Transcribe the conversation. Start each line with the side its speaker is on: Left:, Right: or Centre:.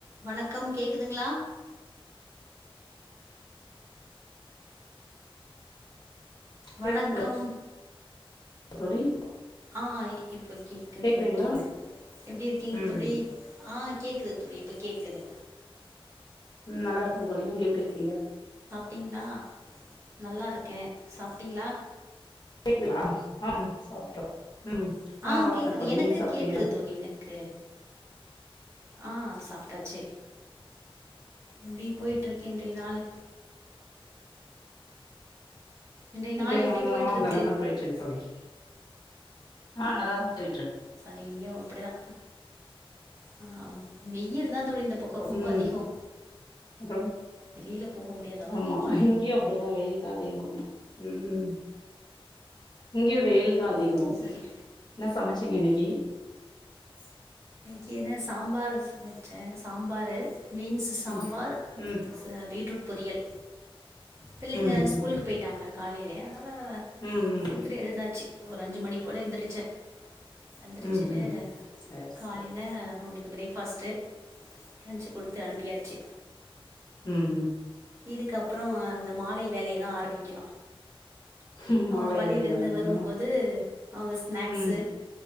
Right: வணக்கம் கேக்குதுங்ளா வணக்கம்
Left: கேக்குதுங்களா தோழி
Right: ஆ இப்ப கேக்குது
Left: கேக்குதுங்களா
Right: ஓகே எப்டி இருக்கிங்க
Left: ம்
Right: தோழி ஆ கேக்குது தோழி இப்ப கேக்குது
Left: ம் நல்லாருக்கன் தோழி நீங்க எப்டி இருக்கிங்க
Right: டிங்ளா நல்லாருக்கே சாப்டிங்ளா
Left: கேக்குதுலா அம் சாப்ட்டோ ம்
Right: ஆ
Left: சாப்ட்டே
Right: கேக்குது
Left: தோழி
Right: எனக்கு
Left: நீங்க சாப்ட்டீங்களா
Right: கேக்குது தோழி எனக்கு ஆ சாப்ட்டாச்சு ப்டி போயிட்ருக்கு இன்றிய நாள் இன்றைய
Left: இன்றய
Right: நாள் எப்படி
Left: நாள்தா
Right: போயிட்டுருக்கு
Left: நல்லாதா பேயிட்ருக்கு தோழி ஆ நல்லாதா போயிட்ருக்
Right: நீயு அப்டிதா ஹா வெய்யில் தா தோழி இந்தப் பக்கோ ரொம்ப
Left: ம்
Right: அதிகோ
Left: அப்புறம்
Right: வெளில போக முடியாது அளவு
Left: ஆமா
Right: வெய்யில்
Left: இங்கேயு அப்டிதா வெயில் தா அதிகோ ம் ஹும் இங்யு வெயில்தா அதீ
Right: சரி
Left: உம்
Right: சரி
Left: என்ன சமச்சீங்க உம்
Right: கெனஸ் சாம்பார் சமச்சேன்ஸ் ஆம்பாரு பீன்ஸ்சு சாம்பார்
Left: ம் ம்
Right: சே பீட்ரூட் பொரியல் பிள்ளைங்க
Left: ம்
Right: ஸ்கூல்கு போயிட்டாங்க காலைலியே அதனால
Left: ம் ம்
Right: சீக்கிரோ எழுந்தாச்சி ஓர் அஞ்சு மணி போல எந்திரிச்சே எந்திரிச்சுட்டு
Left: ம் ம் சேர்
Right: காலில
Left: சேர்
Right: உங்களுக் பிரேக்ஃபாஸ்ட்டு லஞ்சு குடுத்து அனுப்பியாச்சி
Left: ம் ம்
Right: இதுக்கப்புறோ ஆ அந்த மாலை வேலைய தா ஆரம்பிக்கணு
Left: ம்
Right: அவுங்க
Left: மாலை
Right: பள்ளில
Left: வேலைதா
Right: இருந்து
Left: ஆரம்பிக்கணு
Right: வரும்போது அவுங்க ஸ்நாக்ஸ்
Left: ம்